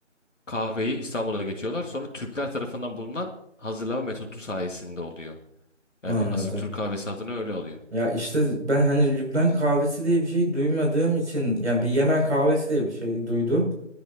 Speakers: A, on the left (about 85°); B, on the right (about 65°).
A: Kahveyi İstanbul'a getiriyorlar. Sonra Türkler tarafından bulunan hazırlama metodu sayesinde oluyor.
B: anladım.
A: Yani asıl Türk kahvesi adını öyle alıyor.
B: Ya işte ben hani Lübnan kahvesi diye bir şey duymadığım için ya bir Yemen kahvesi diye bir şey duydum.